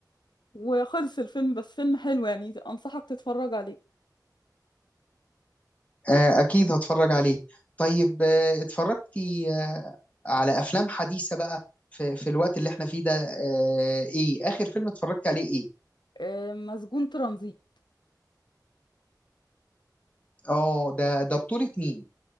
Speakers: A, on the left (about 80°); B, on the left (about 20°).
A: وخلص الفيلم بس فيلم حلو يعني انصحك تتفرج عليه
B: آه اكيد هتفرج عليه طيب آه اتفرجتي آه على افلام حديثه بقى في, في الوقت اللي احنا فيه ده آه ايه اخر فيلم اتفرجت عليه ايه
A: آه، مسجون ترانزيت
B: اه ده ده بطوله مين